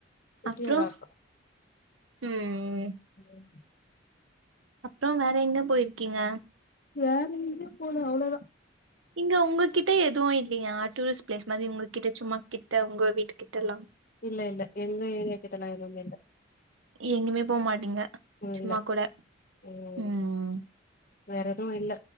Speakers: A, on the left (about 45°); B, on the right (about 85°).
A: குட்டியாதா
B: அப்புறம்
A: இருக்கு
B: ம்
A: ம்
B: அப்புறம் வேற எங்க போயிருக்கீங்க
A: வேற எங்கயோ போல அவ்வளோதா
B: இங்க உங்ககிட்ட எதுவும் இல்லையா டூரிஸ்ட் பிளேஸ் மாதிரி உங்ககிட்ட சும்மா கிட்ட உங்க வீட்டு கிட்ட எல்லா
A: இல்ல இல்ல எங்க ஏரியாகிட்ட நா எதுமேயில்ல
B: எங்கயுமே போக மாட்டீங்க சும்மா
A: இல்ல
B: கூட
A: ம்
B: உம்
A: வேற எதுவும் இல்ல